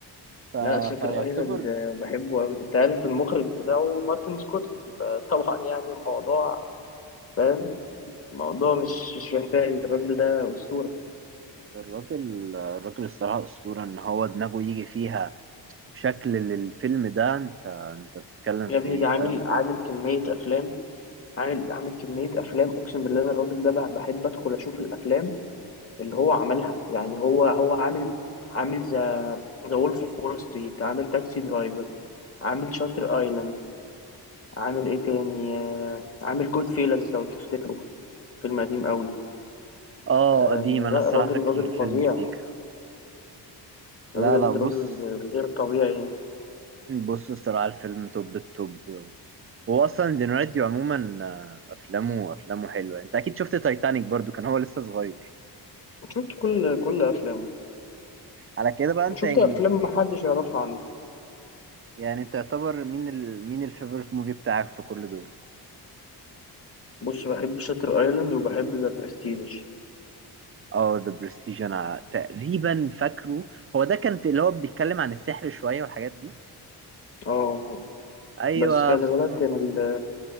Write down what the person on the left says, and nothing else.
لا شاتر
ايلاند بحبه أوي أنت عارف المخرج بتاعه مارتن سكورسيزي فطبعا يعني الموضوع فاهم الموضوع مش مش محتاج الراجل ده أسطورة
يا
ابني
ده
عامل عامل كمية أفلام عامل عامل كمية أفلام أقسم بالله أنا الراجل ده بح- بحب أدخل أشوف الأفلام اللي هو عملها يعني هو هو عامل عامل ذا ذا وولف اوف وول ستريت عامل تاكسي درايفر عامل شاتر ايلاند عامل ايه تاني آه، عامل جود فيلز لو تفتكروا فيلم قديم قوي
آه
لا
راجل
راجل
فظيع
بجد
راجل غير طبيعي يعني
شفت كل كل افلامه
شفت
افلام محدش يعرفها عنه
بص بحب شاتر ايلاند وبحب ذا برستيج
اه آه.
بس خلي
بالك ان